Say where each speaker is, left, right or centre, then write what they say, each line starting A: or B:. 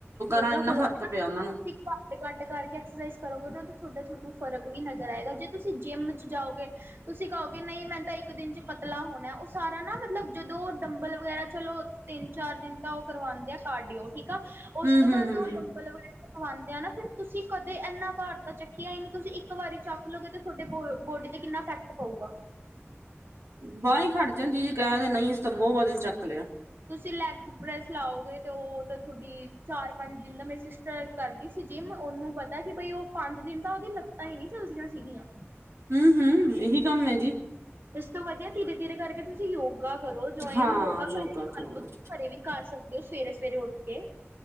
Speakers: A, on the right (about 50°); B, on the right (about 75°).
A: ਯੋਗਾ
B: ਨਾਲ ਇੰਨਾ
A: ਕਰੋਗੇ
B: ਫ਼ਰਕ ਪਿਆ
A: ਨਾ,
B: ਉਹਨਾਂ ਨੂੰ
A: ਤੁਸੀ ਘੱਟ ਘੱਟ ਕਰਕੇ ਐਕਸਰਸਾਈਜ਼ ਕਰੋਗੇ ਓ, ਤੇ ਤੁਆਡਾ ਤੁਆਨੂੰ ਫਰਕ ਵੀ ਨਜ਼ਰ ਆਏਗਾ। ਜੇ ਤੁਸੀਂ ਜਿੰਮ 'ਚ ਜਾਓਗੇ ਤੁਸੀਂ ਕਓਗੇ ਨਈ ਮੈਂ ਤਾਂ ਇੱਕ ਦਿਨ 'ਚ ਪਤਲਾ ਹੋਣਾ, ਓ ਸਾਰਾ ਨਾ ਮਤਲਬ ਜਦੋਂ ਡੰਬਲ ਵਗੈਰਾ ਚਲੋ ਤਿੰਨ ਚਾਰ ਦਿਨ ਤਾਂ ਓ ਕਰਵਾਂਦੇ ਆ ਕਾਡਿਓ ਠੀਕ ਆ, ਓਸ
B: ਹੂੰ
A: ਤੋਂ
B: ਹੂੰ
A: ਬਾਦ
B: ਹੂੰ
A: ਓਹ ਡੰਬਲ ਵਗੈਰਾ ਵਾਂਦੇ ਆ ਨਾ ਫ਼ਿਰ ਤੁਸੀਂ ਕਦੇ ਏਨਾ ਭਾਰ ਤਾਂ ਚੱਕਿਆ ਈ ਨੀ, ਤੁਸੀਂ ਇੱਕ ਵਾਰੀ ਚੱਕ ਲਓਗੇ ਤੇ ਥੋਡੇ ਬੋਡੀ ਤੇ ਕਿੰਨਾ ਇਫੈਕਟ ਪਊਗਾ।
B: ਬਾ ਈੰ ਖੜ ਜਾਂਦੀ, ਜੀ ਕੈਂਦੇ ਨਈ ਅਸੀ ਤੇ ਬੋ ਵਜਨ ਚੱਕ ਲਿਆ।
A: ਤੁਸੀਂ ਲੈਗ ਪ੍ਰੈਸ ਲਾਓਗੇ ਤੇ, ਓ ਤਾਂ ਥੋਡੀ ਚਾਰ ਪੰਜ ਦਿਨ ਦਾ ਮੇਰੀ ਸਿਸਟਰ ਕਰਦੀ ਸੀ ਜਿਮ ਓਨੂੰ ਪਤਾ ਕੀ ਬਈ ਓ ਪੰਜ ਦਿਨ ਤਾਂ ਓਦੀ ਲੱਤਾਂ ਈ ਨੀ ਚੱਲਦੀਆਂ ਸੀਗੀਆਂ।
B: ਹੂੰ ਹੂੰ ਏਹੀ ਕੰਮ ਐ ਜੀ।
A: ਇਸ ਤੋਂ ਵਧੀਆ ਧੀਰੇ ਧੀਰੇ ਕਰਕੇ ਤੁਸੀਂ ਯੋਗਾ ਕਰੋ, ਜੁਆਇਨ
B: ਹਾਂ
A: ਯੋਗਾ ਘਰੇ
B: ਕਰੋ
A: ਕਰ ਲੋ ਘਰੇ ਵੀ। ਕਰ ਸਕਦੇ ਓ ਸਵੇਰੇ ਸਵੇਰੇ ਉੱਠ ਕੇ।